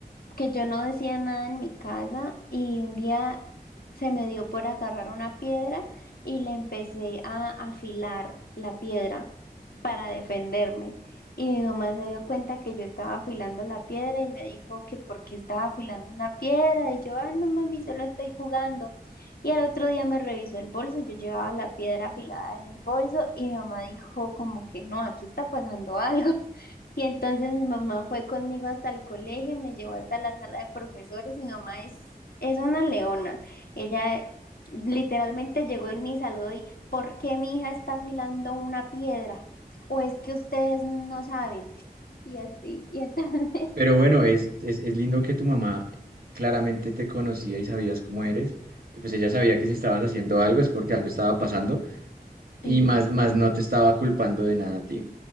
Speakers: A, on the left; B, on the right.
A: que yo no decía nada en mi casa y un día se me dio por agarrar una piedra y le empecé a afilar la piedra para defenderme. Y mi mamá se dio cuenta que yo estaba afilando la piedra y me dijo que por qué estaba afilando una piedra. Y yo, ah, no mami, solo estoy jugando. Y al otro día me revisó el bolso, yo llevaba la piedra afilada en el bolso y mi mamá dijo como que no, aquí está pasando algo. Y entonces mi mamá fue conmigo hasta el colegio, me llevó hasta la sala de profesores y mi mamá es, es una leona. Ella literalmente llegó y me saludó y ¿por qué mi hija está afilando una piedra? ¿O es que ustedes no saben? Y así, y entonces,
B: pero bueno, es, es, es lindo que tu mamá claramente te conocía y sabías cómo eres, y pues ella sabía que si estabas haciendo algo es porque algo estaba pasando, y
A: <laughs>
B: más,
A: sí.
B: más no te estaba culpando de nada a ti.